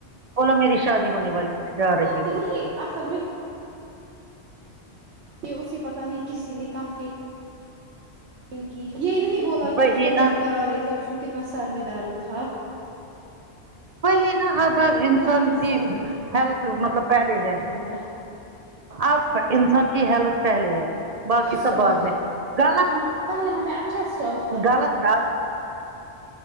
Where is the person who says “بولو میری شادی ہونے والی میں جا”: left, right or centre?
Right